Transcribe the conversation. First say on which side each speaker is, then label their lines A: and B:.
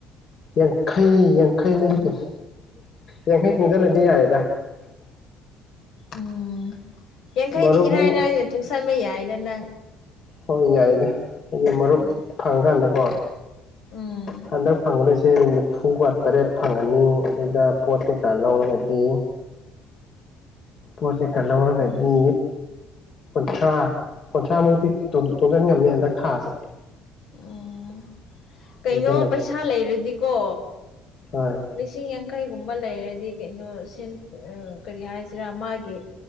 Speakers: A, on the left; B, on the left.
A: ꯌꯥꯡꯈꯩ ꯌꯥꯡꯈꯩꯃꯨꯛꯅꯦ ꯌꯥꯡꯈꯩ ꯇꯨꯡꯖꯜꯂꯗꯤ ꯌꯥꯔꯦꯗ
B: ꯎꯝ ꯌꯥꯡꯈꯩꯗꯤ
A: ꯃꯔꯨꯞꯃꯨꯛ
B: ꯏꯔꯥꯏ ꯂꯥꯏꯅ ꯇꯨꯡꯁꯟꯕ ꯌꯥꯏꯗ ꯅꯪ
A: ꯍꯣꯏ ꯌꯥꯏꯗ ꯍꯥꯏꯗꯤ ꯃꯔꯨꯞ
B: ꯎꯝ
A: ꯐꯪꯀꯥꯟꯗꯀꯣ
B: ꯎꯝ
A: ꯍꯟꯗꯡ ꯐꯪꯒꯗꯣꯏꯁꯦ ꯐꯨꯒ ꯇꯔꯦꯠ ꯐꯪꯉꯅꯤ ꯑꯗꯨꯗ ꯄꯣꯠ ꯀꯩꯀꯥ ꯂꯧꯔꯒꯗꯤ ꯄꯣ ꯆꯩꯀ ꯂꯧꯔꯒꯗꯤ
B: ꯎꯝ
A: ꯀꯨꯟꯊ꯭ꯔꯥ ꯀꯨꯟꯊ꯭ꯔꯥ ꯃꯨꯛꯇꯤ ꯇꯨ ꯇꯨꯡꯖꯟ ꯉꯝꯅꯤ ꯍꯟꯗꯛ ꯊꯥꯖꯦ
B: ꯎꯝ ꯀꯩꯅꯣ
A: ꯇꯨꯡꯁꯤꯜꯂꯒꯦ
B: ꯄꯩꯁꯥ ꯂꯩꯔꯗꯤꯀꯣ
A: ꯍꯣꯏ
B: ꯂꯤꯁꯤꯡ ꯌꯥꯡꯈꯩꯒꯨꯝꯕ ꯂꯩꯔꯗꯤ ꯀꯩꯅꯣ ꯁꯤꯟ ꯑꯥ ꯀꯔꯤ ꯍꯥꯏꯁꯤꯔꯥ ꯃꯥꯒꯤ